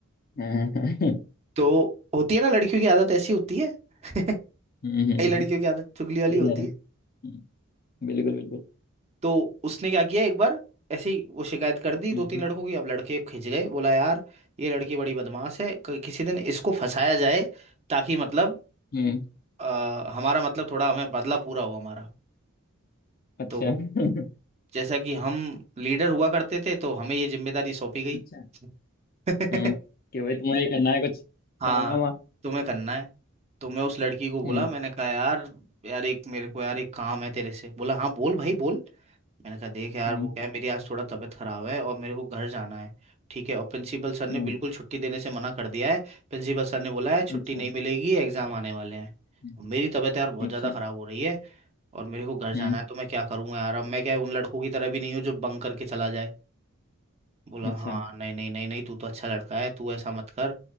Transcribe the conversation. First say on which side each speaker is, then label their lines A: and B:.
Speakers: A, on the left; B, on the right.
A: हाँ, <laughs> हाँ,
B: तो होती है ना लड़कियों की आदत ऐसी होती है <laughs> कई
A: हम्म हम्म।
B: लड़कियों की आदत चुगली
A: सही
B: वाली होती
A: कह रहे हैं
B: है
A: हम्म, बिल्कुल बिल्कुल
B: तो उसने क्या किया एक बार ऐसे ही वो शिकायत कर दी
A: हम्म
B: दो तीन लड़कों की अब लड़के खिंच गए बोला यार ये लड़की बड़ी बदमाश है क- किसी दिन इसको फंसाया जाए ताकि मतलब
A: हम्म,
B: अ, हमारा मतलब थोड़ा हमें बदला पूरा हो हमारा
A: अच्छा
B: तो
A: <laughs>
B: जैसा कि हम लीडर हुआ करते थे तो हमें ये जिम्मेदारी सौंपी गई
A: अच्छा
B: <laughs>
A: हम्म, कि भाई तुम्हें ये करना है कुछ
B: हाँ
A: कारनामा
B: तुम्हें करना है तो मैं उस लड़की को बोला
A: हम्म,
B: मैंने कहा यार यार एक मेरे को यार एक काम है तेरे से बोला हाँ बोल भाई बोल मैंने कहा देख यार
A: हम्म,
B: वो क्या है मेरी आज थोड़ा तबीयत खराब है और मेरे को घर जाना है ठीक है और प्रिंसिपल सर ने
A: हम्म,
B: बिल्कुल छुट्टी देने से मना कर दिया है प्रिंसिपल सर ने बोला है छुट्टी
A: अच्छा
B: नहीं मिलेगी एग्जाम आने वाले हैं
A: हम्म
B: मेरी तबीयत यार बहुत
A: अच्छा
B: ज़्यादा ख़राब हो रही है और मेरे को घर जाना
A: हम्म,
B: है तो मैं क्या करूँगा यार अब मैं क्या उन लड़कों की तरह भी नहीं हूँ जो बंक करके चला जाए बोला
A: अच्छा
B: हाँ नहीं नहीं नहीं नहीं तू तो अच्छा लड़का है तू ऐसा मत कर